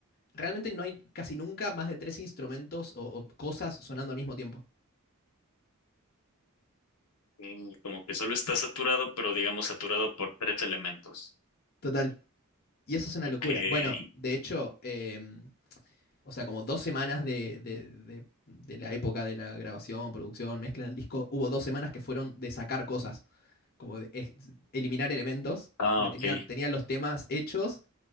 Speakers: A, on the left (about 45°); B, on the left (about 80°).
A: realmente no hay casi nunca más de tres instrumentos o, o cosas sonando al mismo tiempo.
B: Y como que solo está saturado, pero digamos saturado por tres elementos.
A: Total. Y eso es una
B: Ok.
A: locura. Bueno, de hecho, em, o sea, como dos semanas de, de- de- de la época de la grabación, producción, mezcla del disco, hubo dos semanas que fueron de sacar cosas, como de ex- eliminar elementos,
B: Ah,
A: porque
B: ok.
A: tenían, tenían los temas hechos